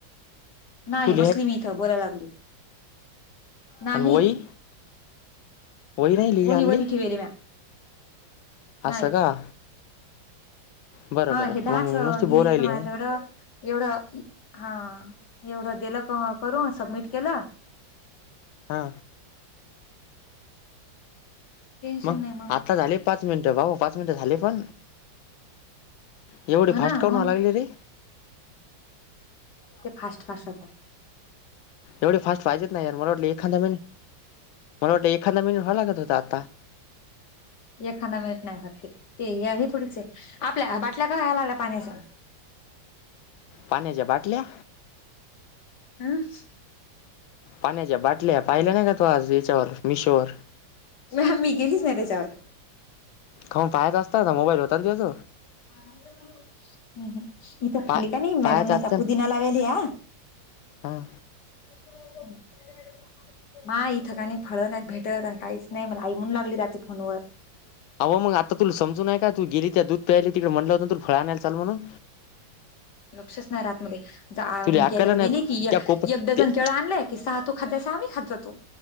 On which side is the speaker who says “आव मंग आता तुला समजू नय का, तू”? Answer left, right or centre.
Left